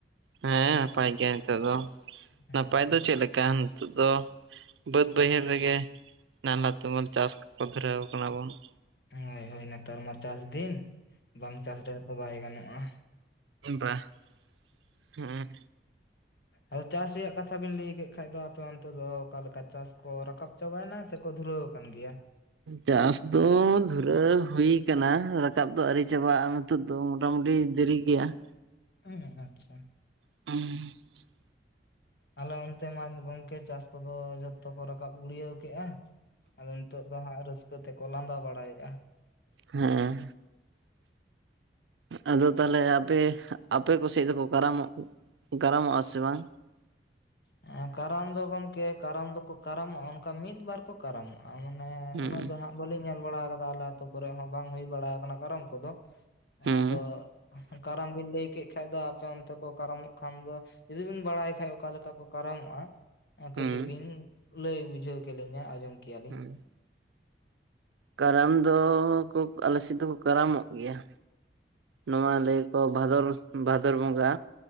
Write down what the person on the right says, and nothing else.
ᱦᱮᱸ ᱱᱟᱯᱟᱭ ᱜᱮᱭᱟ ᱱᱤᱛᱚᱜ ᱫᱚ
ᱱᱟᱯᱟᱭ ᱫᱚ ᱪᱮᱫ ᱞᱮᱠᱟ ᱱᱤᱛᱚᱜ ᱫᱚ ᱵᱟᱹᱫᱽ ᱵᱟᱹᱭᱦᱟᱹᱲ ᱨᱮᱜᱮ ᱱᱟᱞᱦᱟ ᱛᱩᱢᱟᱹᱞ ᱪᱟᱥᱠᱚ ᱫᱷᱩᱨᱟᱹᱣ ᱠᱟᱱᱟ ᱵᱚᱱ ᱾
ᱵᱟᱜ ᱾ ᱦᱮᱸ
ᱪᱟᱥ ᱫᱚ ᱫᱷᱩᱨᱟᱹ ᱦᱩᱭ ᱠᱟᱱᱟ ᱨᱟᱠᱟᱵ ᱫᱚ ᱟᱹᱣᱨᱤ ᱪᱟᱵᱟᱜᱼᱟ ᱱᱤᱛᱚᱜ ᱫᱚ ᱢᱚᱴ ᱢᱩᱴᱚ ᱢᱩᱴᱤ ᱫᱮᱨᱤ ᱜᱮᱭᱟ ᱾
<inaudible> <unintelligible>
ᱦᱮᱸ ᱟᱫᱚ ᱛᱟᱦᱚᱞᱮ ᱟᱯᱮ ᱟᱯᱮ ᱠᱚ ᱥᱮᱫ ᱫᱚᱠᱚ ᱠᱟᱨᱟᱢᱚᱜ ᱠᱟᱨᱟᱢᱚᱜᱼᱟ ᱥᱮ ᱵᱟᱝ?
ᱦᱩᱸ
ᱦᱩᱸ
ᱦᱩᱸ
ᱦᱩᱸ
ᱠᱟᱨᱟᱢ ᱫᱚ ᱠᱚ ᱟᱞᱮ ᱥᱮᱫ ᱫᱚᱠᱚ ᱠᱟᱨᱟᱢᱚᱜ ᱜᱮᱭᱟ ᱱᱚᱣᱟ
ᱞᱮ ᱠᱚ ᱵᱷᱟᱫᱚᱨ ᱵᱷᱟᱫᱚᱨ ᱵᱚᱸᱜᱟ